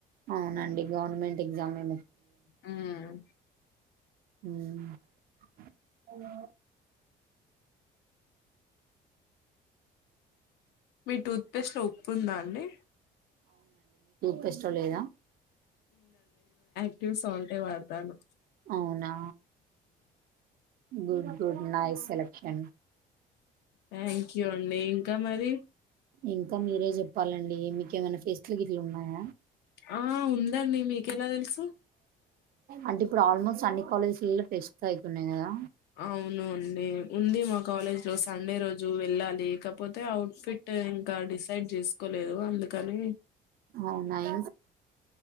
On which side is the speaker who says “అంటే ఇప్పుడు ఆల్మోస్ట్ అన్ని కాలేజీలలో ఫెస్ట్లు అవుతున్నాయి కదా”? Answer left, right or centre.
Right